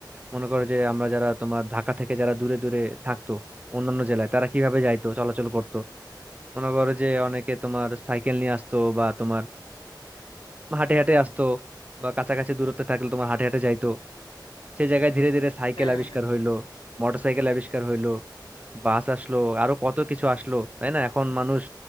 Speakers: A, on the right; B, on the left.
A: মনে করো যে আমরা যারা তোমার ঢাকা থেকে যারা দূরে দূরে থাকতো অন্যান্য জেলায় তারা কিভাবে যাইতো চলাচল করতো মনে করো যে অনেকে তোমার সাইকেল নিয়ে আসতো বা তোমার হাঁটে হাঁটে আসতো বা কাছাকাছি দূরত্বে থাকলে তোমার হাঁটে হাঁটে যাইতো সেই জায়গায় ধীরে ধীরে সাইকেল
B: হ্যাঁ হ্যাঁ
A: আবিষ্কার
B: হ্যাঁ
A: হইলো মোটর সাইকেল আবিষ্কার হইলো বাস আসলো আরো কত কিছু আসলো তাই না এখন মানুষ